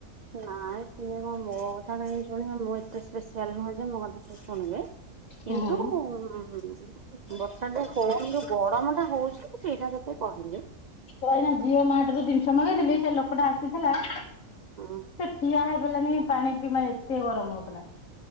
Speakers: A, on the right; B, on the left.
A: ନାଇଁ ସିଏ ମୋ କଁ କଥା କାଇଁ ଶଣିବ ମୁଁ ଏତେ ସ୍ପେସିଆଲ ନୁହେଁ ଯେ ମୋ କଥା ସେ ଶୁଣିବେ। କିନ୍ତୁ
B: ହୁଁ।
A: ଉଁମ୍ ବର୍ଷାଟା ହୋଉନି ଯୋଉ ଗରମଟା ହୋଉଚି ମୁଁ ସେଇଟା ତତେ କହିଲି।
B: କଇନା ଜିଓ ମାଟରୁ ଜିନିଷ ମଗେଇଥିଲି ସେ ଲୋକଟା ଆସିଥିଲା ସେ
A: ହଁ
B: ଠିଆ ହେଇ କଇଲା ନେ ପାଣି ପିଇ ମାନେ ଏତେ ଗରମ ହୋଉଥିଲା।